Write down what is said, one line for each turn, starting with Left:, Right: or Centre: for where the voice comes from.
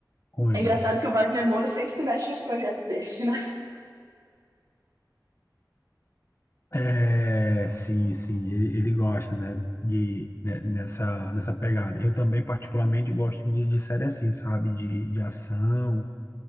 Left: com ele.
Right: É engraçado que o Wagner Moura sempre se mete nos projetos desse, <laughs> né?
Left: É, sim, sim, ele, ele gosta, né, de, né, nessa, nessa pegada. Eu também, particularmente, gosto de, de série assim, sabe, de, de ação,